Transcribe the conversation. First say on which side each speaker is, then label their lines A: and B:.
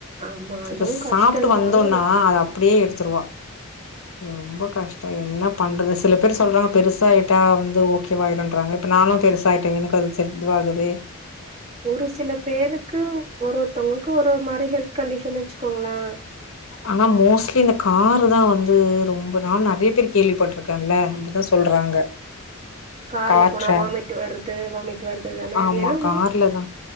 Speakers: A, on the right; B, on the left.
A: ஆமா. அதுவும்
B: இப்ப
A: கஷ்டம்
B: சாப்ட்டு வந்தோனா
A: தான்.
B: அத அப்டியே எடுத்துருவா ரொம்ப கஷ் டோ என்ன பண்றது சில பேர் சொல்றாங்க பெருசாயிட்டா வந்து ஓகேவாயிடன்றறாங்க இப்ப நானு பெருசாயிட்டே எனக்கு அது சரி இதுவாகுதே
A: ஒரு சில பேருக்கு ஒரு ஒருஒருத்தவங்களுக்கு ஒரு ஒரு மாரி ஹெல்த் கண்டிஷ என்ன வச்சுக்கோங்களே
B: ஆனா மோஸ்ட்லி இந்த காரு தா வந் ந்து ரொம்ப நா நெறைய பேர் கேள்விப்பட்டிருக்கேன்ல அப்டிதா சொல்றாங்க.
A: கார்ல
B: கார்
A: போனா
B: ட்ரா
A: வாமிட் வருது வாமிட் வருது தானே.
B: ஆமா
A: அது ஏன்னா
B: கார்லதா